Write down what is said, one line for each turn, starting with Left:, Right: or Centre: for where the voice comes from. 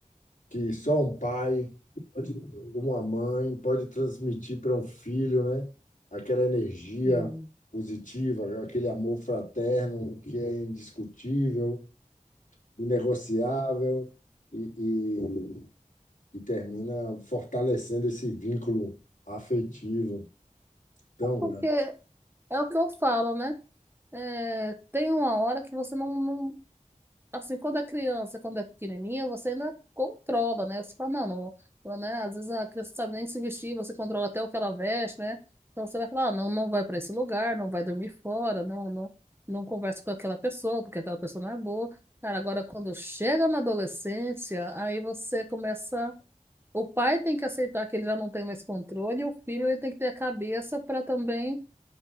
Left: que só um pai, pode- uma mãe pode transmitir para um filho, né? Aquela energia
Right: hum.
Left: positiva, aquele amor fraterno que é indiscutível, inegociável e, e, e termina fortalecendo esse vínculo afetivo tão grande.
Right: Porque é o que eu falo, né? É, tem uma hora que você não, não assim, quando é criança, quando é pequenininha, você ainda controla, né? Você fala, não, não, né? Às vezes a criança não sabe nem se vestir, você controla até o que ela veste, né? Então você vai falar, ah, não, não vai para esse lugar, não vai dormir fora, não, não, não conversa com aquela pessoa, porque aquela pessoa não é boa. Cara, agora quando chega na adolescência, aí você começa. O pai tem que aceitar que ele já não tem mais controle, e o filho ele tem que ter a cabeça para também,